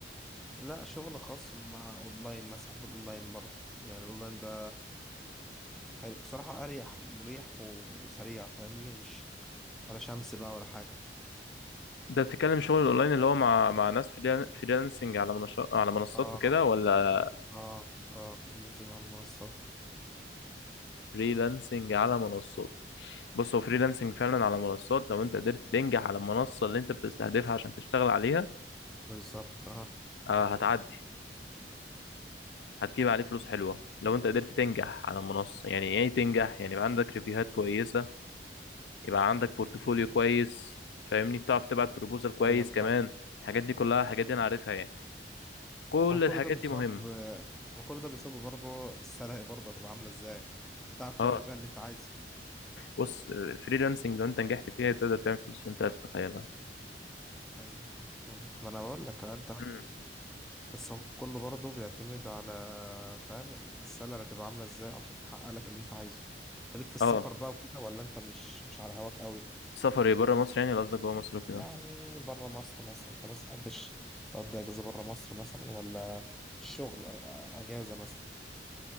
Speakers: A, in the centre; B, on the left.
A: لا شغل خاص مع اونلاين مثلا بحب الاونلاين برضه يعني الاونلاين ده حلو بصراحه اريح مريح وسريع فاهمني مش ولا شمس بقى ولا حاجه
B: ده بتتكلم شغل اونلاين اللي هو مع مع ناس فريلانسنج على منشط على منصات
A: اه
B: وكده ولا
A: اه اه الفريلانسنج على المنصات
B: فريلانسنج على منصات بص هو فريلانسنج فعلا على منصات لو انت قدرت تنجح على المنصة اللي انت بتستهدفها عشان تشتغل عليها
A: بالظبط اه
B: آه، هتعدي هتجيب عليه فلوس حلوة لو انت قدرت تنجح على المنصة يعني ايه تنجح يعني يبقى عندك ريفيوهات كويسة يبقى عندك بورتفوليو كويس فاهمني بتعرف تبعت بروبوزال كويس
A: ايوه انا
B: كمان
A: فاهم
B: الحاجات دي كلها الحاجات دي انا عارفها يعني كل
A: اه كل
B: الحاجات
A: ده بيصاب
B: دي مهمة
A: ما كل ده بيصاب برضه السلع برضه هتبقى عامله ازاي عشان تعرف تعمل
B: اه
A: بقى اللي انت عايزه
B: بص فريلانسنج لو انت نجحت فيها تقدر تعمل فلوس انت لا تتخيلها
A: ايوه مم. ما انا بقول لك آه، انت
B: مم.
A: بس هو كله برضه بيعتمد على فاهم السلع هتبقى عامله ازاي عشان تحقق لك اللي انت عايزه انت ليك في السفر
B: اه
A: بقى وكده ولا انت مش مش على هواك قوي
B: سفري بره مصر يعني ولا قصدك جوه مصر وكده
A: يعني بره مصر مثلا انت مثلا تحبش تقضي اجازه بره مصر مثلا ولا الشغل آه، آه، اجازه مثلا